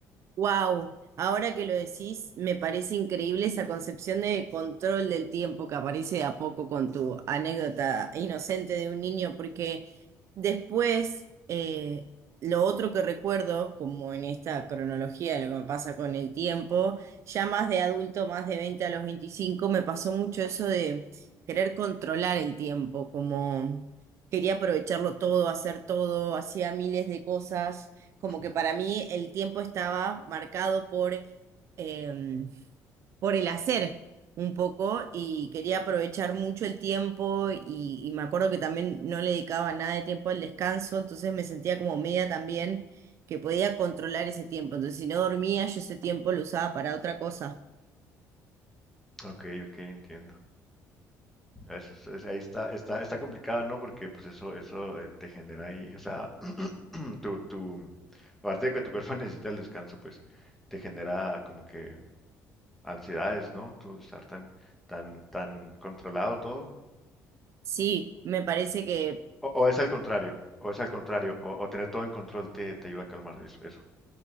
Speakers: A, on the right (about 50°); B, in the centre.
A: Wow, ahora que lo decís, me parece increíble esa concepción de control del tiempo que aparece de a poco con tu anécdota inocente de un niño, porque después eh, lo otro que recuerdo, como en esta cronología de lo que me pasa con el tiempo, ya más de adulto, más de 20 a los 25, me pasó mucho eso de querer controlar el tiempo, como quería aprovecharlo todo, hacer todo, hacía miles de cosas como
B: <clears throat>
A: que para mí el tiempo estaba marcado por, em, por el hacer un poco y quería aprovechar mucho el tiempo y, y me acuerdo que también no le dedicaba nada de tiempo al descanso, entonces me sentía como media también que podía controlar ese tiempo. Entonces si no dormía, yo ese tiempo lo usaba para otra cosa.
B: Ok, ok, entiendo. Eso, es- es- ahí está, está, está complicado, ¿no? Porque pues eso, eso eh, te genera ahí, o sea, <clears throat> tu, tu, aparte de que tu cuerpo <laughs> necesita el descanso, pues te genera como que ansiedades, ¿no? Tú estar tan, tan, tan controlado todo.
A: Sí, me parece que
B: O, o es al contrario, o es al contrario, o, o tener todo en control te, te ayuda a calmar eso. eso.